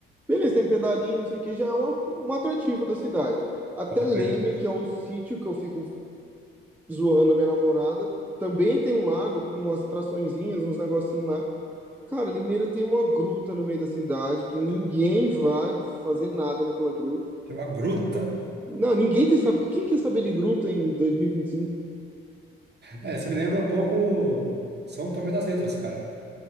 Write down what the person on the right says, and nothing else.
Pode
crer.
Tem uma gruta.
É, isso me lembra um pouco São Tomé das Letras, cara.